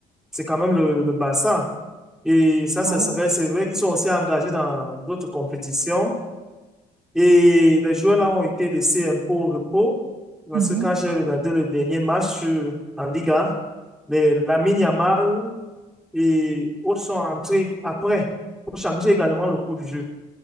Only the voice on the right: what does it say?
Ah
ouais,
mhm.